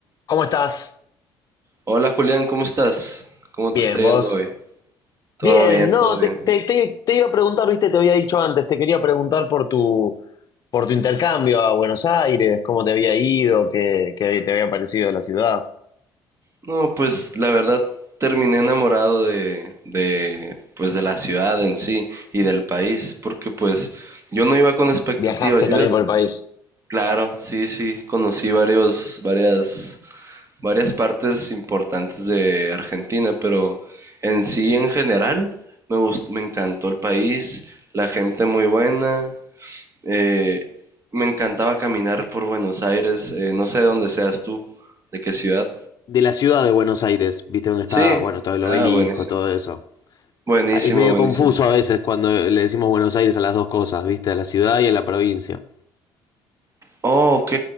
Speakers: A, on the left; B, on the right.
A: ¿Cómo estás?
B: Hola Julián, ¿cómo estás? ¿Cómo te
A: Bien,
B: está yendo
A: vos.
B: hoy? Todo
A: Bien,
B: bien,
A: no,
B: todo bien.
A: te, te- te- te iba a preguntar, viste, te había dicho antes, te quería preguntar por tu, por tu intercambio a Buenos Aires, cómo te había ido, qué, qué te había parecido la ciudad.
B: No, pues la verdad terminé enamorado de, de, pues de la ciudad en sí y del país, porque pues yo no iba con expectativas.
A: ¿Viajaste
B: Yo,
A: también
B: iba-
A: por el país?
B: claro, sí, sí, conocí varios, varias, varias partes importantes de Argentina, pero en sí, en general, me gust- me encantó el país, la gente muy buena. Eh, me encantaba caminar por Buenos Aires, eh, no sé de dónde seas tú, de qué ciudad.
A: De la ciudad de Buenos Aires, viste dónde
B: Sí,
A: está, bueno, todo el
B: ah,
A: obelisco,
B: buenísimo.
A: todo eso.
B: Buenísimo,
A: Ah, Es medio
B: buenísimo.
A: confuso a veces cuando le decimos Buenos Aires a las dos cosas, viste, a la ciudad y a la provincia.
B: Oh, ok.